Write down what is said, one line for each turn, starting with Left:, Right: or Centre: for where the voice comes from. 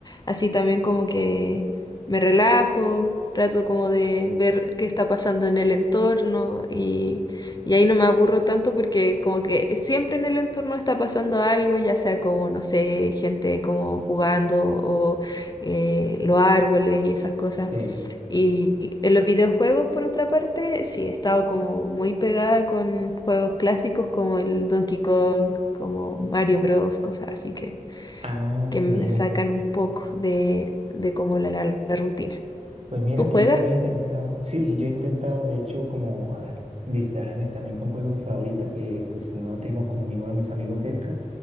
Left: Así también como que me relajo, trato como de ver qué está pasando en el entorno y, y ahí no me aburro tanto porque como que siempre en el entorno está pasando algo, ya sea como, no sé, gente como jugando o eh, los árboles y esas cosas.
Right: Sí.
Left: Y en los videojuegos, por otra parte, sí, he estado como muy pegada con juegos clásicos como el Donkey Kong, como Mario Bros, cosas así que,
Right: Ah,
Left: que me
Right: mira.
Left: sacan un poco de, de como la larga rutina.
Right: Pues mira
Left: ¿Tú juegas?
Right: que yo también he intentado, sí, yo he intentado de hecho como a distraerme también con juegos ahorita que pues no tengo como ninguno de mis amigos cerca,